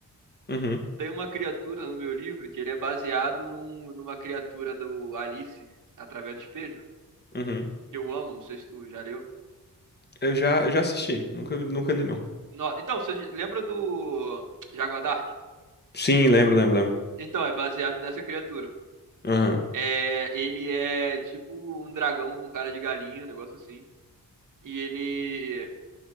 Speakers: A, on the left (about 30°); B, on the right (about 60°).
A: Uhum,
B: Tem uma criatura no meu livro que ele é baseado num- numa criatura do Alice através do espelho,
A: uhum.
B: que eu amo, não sei se tu já leu.
A: Eu já, eu já assisti, nunca, vi- nunca li não.
B: No- então, você lembra do Jaguar Dart?
A: Sim, lembro, lembro, lembro.
B: Então, é baseado nessa criatura.
A: Aham,
B: É, ele é tipo um dragão com cara de galinha, um negócio assim. E ele